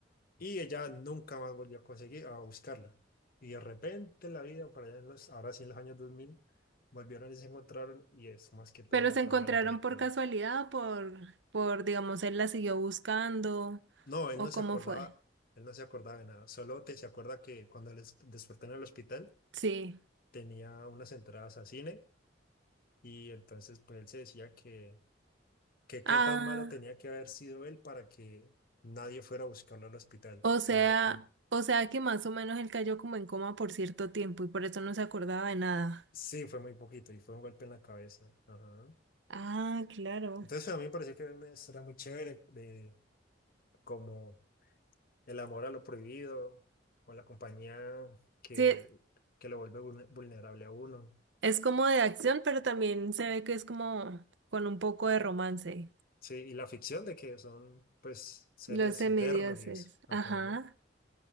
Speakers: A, on the left; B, on the right.
A: Y ella nunca más volvió a conseguir, a buscarla. Y de repente en la vida, por allá en los, ahora sí en los años 2000, volvieron y se encontraron y es más que todo
B: Pero
A: la
B: se
A: trama
B: encontraron
A: de la película.
B: por casualidad, o por, por, digamos, él la siguió buscando,
A: No, él
B: o
A: no se
B: cómo
A: acordaba,
B: fue.
A: él no se acordaba de nada. Solo te se acuerda que cuando les despertó en el hospital
B: Sí.
A: tenía unas entradas a cine y entonces pues él se decía que, que
B: Ah,
A: qué tan malo tenía que haber sido él para que nadie fuera a buscarlo al hospital,
B: o
A: sabiendo
B: sea,
A: que
B: o sea que más o menos él cayó como en coma por cierto tiempo y por eso no se acordaba de nada.
A: sí, fue muy poquito y fue un golpe en la cabeza. Ajá.
B: Ah, claro.
A: Entonces a mí me pareció que era una historia muy chévere de como el amor a lo prohibido o la compañía que,
B: Sí,
A: que lo vuelve vulne- vulnerable a uno.
B: es como de acción, pero también se ve que es como con un poco de romance.
A: Sí, y la ficción de que son pues seres
B: Los semidioses.
A: eternos y eso. Ajá.
B: Ajá.